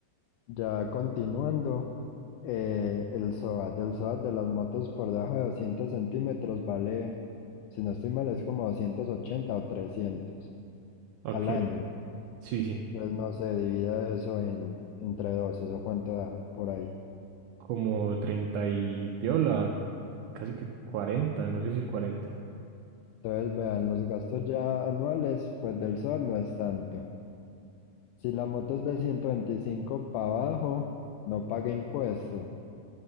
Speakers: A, on the left (about 80°); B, on the right (about 80°).
A: Ya continuando, eh, el SOAT, el SOAT de las motos por debajo de 200 centímetros vale. Si no estoy mal, es como 280 o 300
B: Ok,
A: al año.
B: sí, sí.
A: Entonces no se divida eso en, entre dos, eso cuánto da por ahí.
B: Como 30 y piola, casi que 40 no sé si cuarenta
A: Entonces vean, los gastos ya anuales, pues del SOAT no es tanto. Si la moto es de 125 para abajo, no paga impuesto.